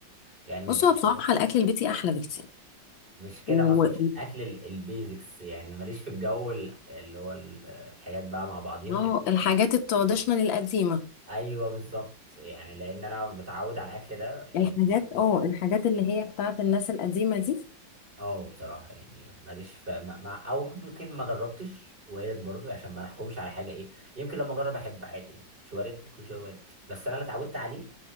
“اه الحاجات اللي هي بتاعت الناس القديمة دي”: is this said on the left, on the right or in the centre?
Left